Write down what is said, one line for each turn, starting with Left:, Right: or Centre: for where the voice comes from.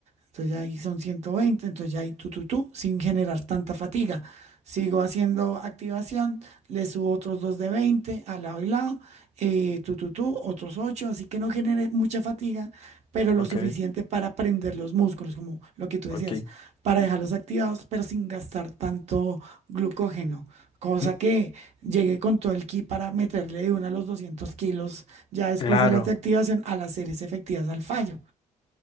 Right: Entonces ya ahí son 120, entonces ya ahí tú, tú, tú, sin generar tanta fatiga. Sigo haciendo activación, le subo otros 2 de 20 al lado y lado, eh, tú, tú, tú, otros 8, así que no genere mucha fatiga, pero lo
Left: Ok,
Right: suficiente para prender los músculos, como lo que tú decías,
Left: ok.
Right: para dejarlos activados, pero sin gastar tanto glucógeno. Cosa
Left: M-
Right: que llegue con todo el ki para meterle de una a los 200 kilos ya después
Left: Claro.
Right: de las de activación a las series efectivas al fallo.